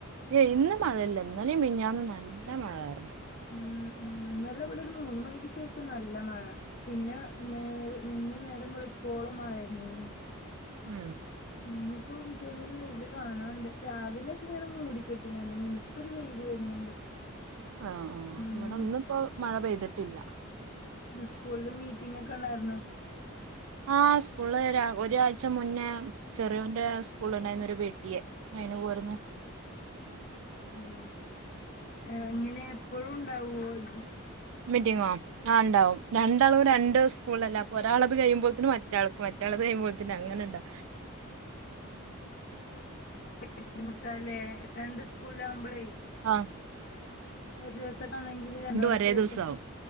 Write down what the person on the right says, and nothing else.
ഏ ഇന്ന്. മഴയില്ല ഇന്നലിം മിനിഞ്ഞാന്നും നല്ല മഴായിരുന്നു.
മ്
ആ ആ
ഇവിടെ ഇന്ന് ഇപ്പോ മഴ പെയ്തിട്ടില്ല.
ആ സ്കൂള് ഒരാഴ്ച മുന്നേ ചെറിയോന്റെ സ്കൂള ഉണ്ടായിരുന്ന ഒരു വെട്ടിയെ <unintelligible>
മീറ്റിങ്ങോ ആ ഉണ്ടാവും രണ്ടാളും രണ്ട് സ്കൂളല്ല അപ്പോ ഒരാളത് കഴിയുമ്പോഴത്തന്നന് മറ്റാൾക്ക് മറ്റളൾത് കഴിയുമ്പോഴത്തന്നന് അങ്ങനെ ഉണ്ടാ
ആ
ഒരേ ദിവസാവും